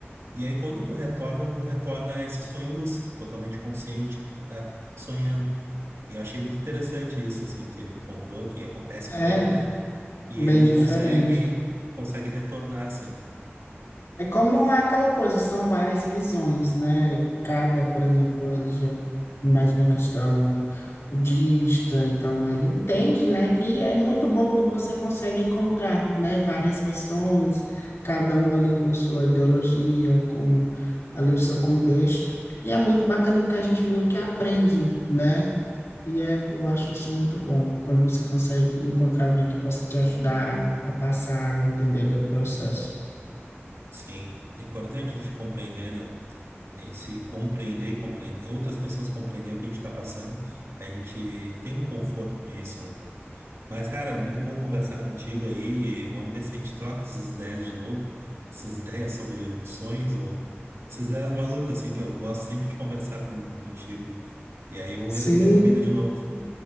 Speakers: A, on the right (about 85°); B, on the left (about 85°).
A: E aí, quando tu retorna, tu retorna a esse sonho lúcido, totalmente consciente que tu tá sonhando. E eu achei muito interessante isso, assim, que ele me contou, que acontece
B: É
A: com ele, né? E
B: bem
A: ele
B: diferente.
A: consegue consegue retornar, assim.
B: É como aquela coisa, são várias visões, né? Cada, por exemplo, ele já mais uma questão budista, então ele entende, né? E é muito bom quando você consegue encontrar, né, várias versões, cada um ali com sua ideologia, com ali o seu contexto. E é muito bacana porque a gente meio que aprende, né? E é, eu acho isso muito bom, quando você consegue encontrar alguém que possa te ajudar a passar e entender ali o processo.
A: Sim, é importante a gente compreender, né? A gente se compreender e compreender, outras pessoas compreender o que a gente está passando, a gente tem um conforto com isso, né, cara? Mas, cara, muito bom conversar contigo aí e vamos ver se a gente troca essas ideias de novo, essas <laughs> ideias sobre sonhos ou essas ideias malucas, assim, que eu gosto sempre de conversar com, contigo. E aí vamos ver
B: Sim,
A: se a gente combina de novo.